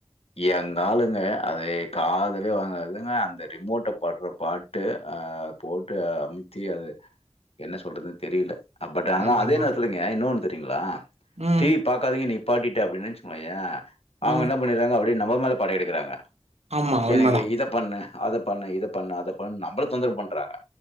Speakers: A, on the left; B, on the right.
A: எங்க ஆளுங்க அத காதலயே வாங்காதுங்க அந்த ரிமோட்ட படுற பாட்டு அஹ் போட்டு அமுத்தி அத என்ன சொல்றதுனு தெரியல பட் ஆனா
B: ஆமாமா
A: அதே நேரத்துலங்க இன்னோன்னு தெரியுங்களா
B: ம்
A: டிவி பாக்காதீங்க நிப் பாட்டிட்டு அப்டின்னு வச்கோயே அவங்க
B: ம்
A: என்ன பண்ணிர்றாங்க அப்டியே நம்ம மேல படை எடுக்குறாங்க
B: ஆமா உண்மதா
A: எனக்கு இத பண்ணு அத பண்ணு இத பண்ணு அத பண்ணு நம்மள தொந்தரவு பண்றாங்க